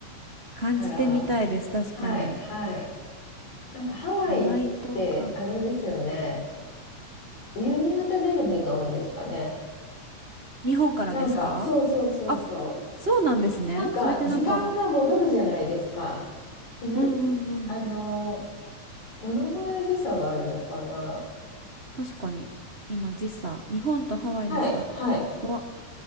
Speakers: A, on the right; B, on the left.
A: 感じてみたいです。
B: から、
A: 確かに。
B: はい、はい。なんかハワイって、
A: ハワイ島か。
B: あれですよね。夕方出る便が多いんですかね。
A: 日本からですか
B: なんか、そうそうそうそ
A: あ、そうなんですね。
B: う。なんか、
A: それってなんか、
B: 時間が戻るじゃないですか。日付
A: うんうんうん。
B: あのー、どのぐらい時差があるのかな。
A: 確かに。今時差、日本とハワイの時差
B: はい、はい。
A: は、